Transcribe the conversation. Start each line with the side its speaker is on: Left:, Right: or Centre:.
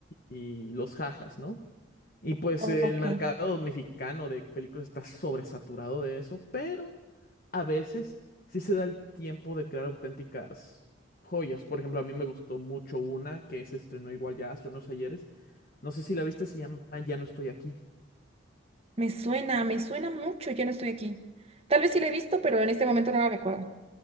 Left: y los jajas, ¿no? Y pues
Right: Ok.
Left: el mercado mexicano de películas está sobresaturado de eso, pero a veces sí se da el tiempo de crear auténticas joyas. Por ejemplo, a mí me gustó mucho una que se estrenó igual ya hace unos ayeres. No sé si la viste, se llama Ya no estoy aquí.
Right: Me suena, me suena mucho, ya no estoy aquí. Tal vez sí la he visto, pero en este momento no la recuerdo.